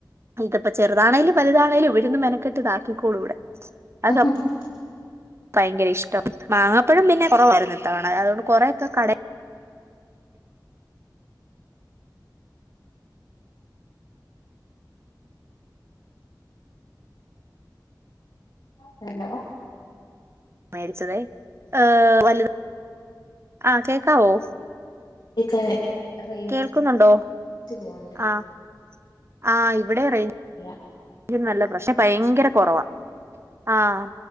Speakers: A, on the right; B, on the left.
A: ഇത്പ്പോ ചെറുതാണെലും വലുതാണേലും ഇവിരുന്ന് മെനക്കെട്ട് ഇതാക്കിക്കോളൂ ഇവിടെ അത്
B: ആഹ ഹ്..
A: ഭയങ്കര ഇഷ്ടം മാങ്ങപ്പഴം പിന്നെ കൊറവായിരുന്നു ഇത്തവണ അതു കെണ്ട് കൊറേയൊക്കെ കടെ
B: ഹെലോ
A: മേടിച്ചതെ ഏഹ് വവലുത് ആ കേക്കാവോ
B: ഇക്കാരെ റേഞ്ച്
A: കേൾക്കുന്നുണ്ടോ
B: പോണ്ട് ഇല്ല
A: ആഹ് ആഹ് ഇവിടെ റെയ്
B: ഇല്ല
A: യും നല്ല പ്രാഷ് പയങ്കര കൊറവാ. ആഹ്